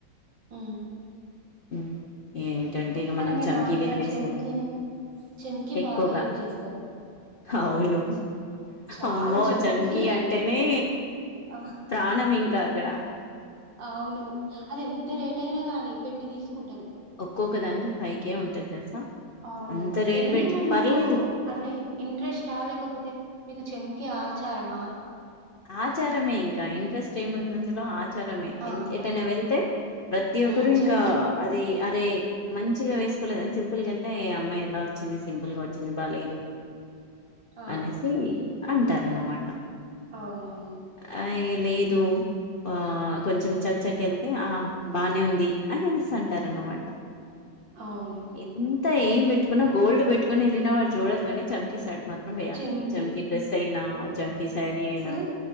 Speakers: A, on the right; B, on the left.
A: ఆ
B: ఉమ్ ఉమ్ ఏంటంటే ఇక మనం
A: మీ
B: చమకీ
A: దాంట్లో
B: వర వేసుకున్నాం
A: చెంకిని చెంకి
B: ఎక్కువగా
A: బాగా యూజ్ చేస్తారు
B: అవును
A: చాలా
B: అమ్మో
A: చెంకి
B: చంకీ అంటేనే
A: ఆ
B: ప్రాణం ఇంకా అక్కడ
A: అవును అవి ఎంత రేట్ అయినా గానీ పెట్టి తీసుకు టురూ
B: ఒక్కొక్క దానికి ఫైవ్ కే ఉంటది తెలుసా
A: అవును
B: అంత రేట్
A: ఎందుకు
B: పెట్టి
A: మరి
B: పర్లేదు
A: మీకు అంటే ఇంట్రెస్ట్ లేకపోతే మీకు చెప్ప కి ఆచారమన
B: ఆచారమే ఇంకా ఇంట్రెస్ట్ ఏముంది అందులో ఆచారమే
A: ఆ!
B: ఎటైనా వెళ్తే ప్రతి ఒక్కరు
A: హ్మ్. చెంకి
B: ఇంకా అది అరే మంచిగా వేసుకోలేదని సింపుల్ గ వెళ్తే అమ్మాయి ఎలా వచ్చింది సింపుల్ గా వచ్చింది బాలేదు
A: ఆ!
B: అనేసి అంటారన్నమాట
A: అవునవును
B: ఆ, ఏ లేదు ఆహ్ కొంచెం చక్చాక్ వెళ్తే ఆహ్ బానే ఉంది అని అనిస్తుంటారునమాట
A: అవును.
B: ఎంత ఏం పెట్టుకున్న గోల్డ్ పెట్టుకని వెళ్ళిన వాళ్ళు చూడరు కానీ చంకి సైడు మ వేయాలి
A: చెంకి
B: చంకి డ్రెస్ అయినా చంకి శారీ అయినా
A: డ్